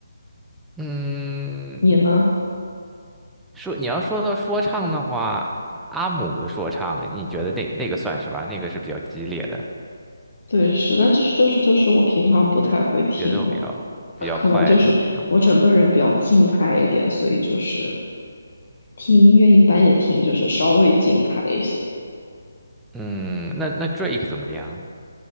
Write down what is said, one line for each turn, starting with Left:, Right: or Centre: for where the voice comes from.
Centre: 嗯，
Left: 你呢？
Centre: 说你要说到说唱的话，阿姆的说唱，你觉得那那个算是吧？那个是比较激烈的，
Left: 对，是，但就是就是就是我平常不太会听了。
Centre: 节奏比较比较快的那种。
Left: 可可能就是我整个人比较静态一点，所以就是听音乐一般也听就是稍微静态一些
Centre: 嗯，那那 Drake 怎么样？